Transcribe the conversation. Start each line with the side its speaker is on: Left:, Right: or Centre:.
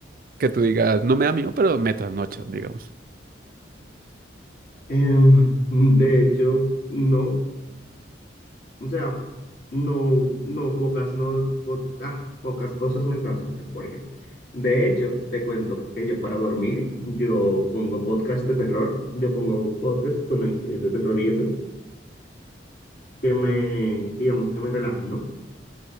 Right: que tú digas, no me da miedo, pero me trasnocha, digamos.
Left: em, de hecho, no. O sea, no, no, pocas, no, po- ah, pocas cosas me trasnochan, porque de hecho, te cuento que yo para dormir, yo pongo podcast de terror, yo pongo podcast con historias de terror y eso, que me, digamos, que me relajan, ¿no?